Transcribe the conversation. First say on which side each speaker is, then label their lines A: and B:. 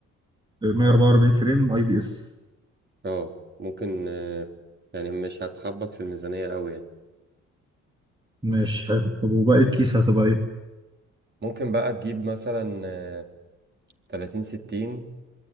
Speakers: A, on the right (about 15°); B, on the right (about 35°).
A: 144 فريم اي بي اس
B: اه ممكن آه، يعني مش هتخبط في الميزانيه قوي يعني
A: ماشي حلو طب وباقي الكيسه هتبقى ايه
B: ممكن بقى تجيب مثلا آه، 30 60